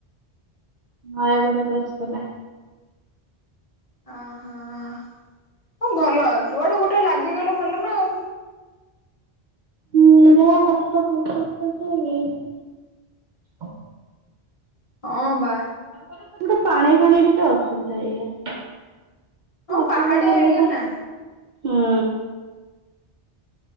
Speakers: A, on the right; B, on the left.
A: ନୟାଗଡ଼ ଦଶପଲ୍ଲା।
B: ଅ ହଁ ଭଲ ଯୁଆଡେ ଗୋଟେ ଲାଗିଗଲେ ଭଲ ନା ଆଉ।
A: ହୁଁ ଯାହା କଷ୍ଟ <unintelligible> ହୁଁ।
B: ହଁ ବା।
A: ତାଙ୍କର ସେପଟେ ପାଣି ଫାଣି ଟିକେ ଅସୁବିଧା ଏଇାୟା।
B: ହଁ
A: ଅସୁବିଧା
B: ପାହାଡିଆ
A: ହେଲେ
B: ଏରିଆ
A: ତ
B: ନା
A: ହୁଁ।